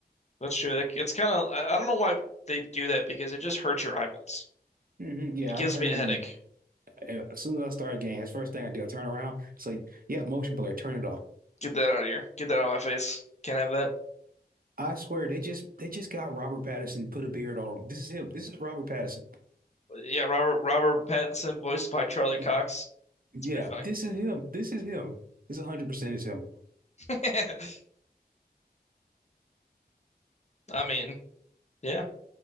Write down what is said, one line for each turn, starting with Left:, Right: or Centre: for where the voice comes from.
Left: That's true. Like, it's kind of I, I don't know why they do that because it just hurts your eyeballs.
Right: hmm Yeah,
Left: It gives
Right: I turn
Left: me a headache.
Right: uh, as soon as I start a game. It's first thing I do. I turn around. It's like, yeah, motion blur. Turn it off.
Left: Get that out of here. Get that out of my face. Can't have that.
Right: I swear they just they just got Robert Pattinson put a beard on him. This is him. This is Robert Pattinson.
Left: Yeah, Robert Robert Pattinson, voiced by Charlie
Right: <laughs>
Left: Cox.
Right: Yeah,
Left: It's pretty funny.
Right: this is him. This is him. This 100% is him.
Left: <laughs> I mean, yeah.